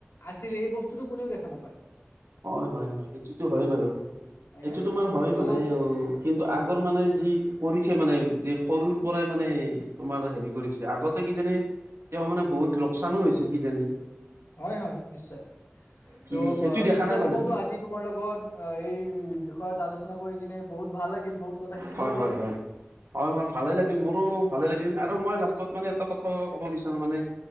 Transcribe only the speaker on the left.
আছিলে এই বস্তুটোৰ কোনেওঁ দেখা নাপাই।
হয়নে
ত'
উম
হয় হয় নিশ্চয়
ত'।
ঠিকে
আছে
বন্ধু আজি তোমাৰ লগত অঁ এই বিষয়ত। চনা কৰি কিনে বহুত ভাল লাগিল বহুত কথা শিকিবওঁ
পালো।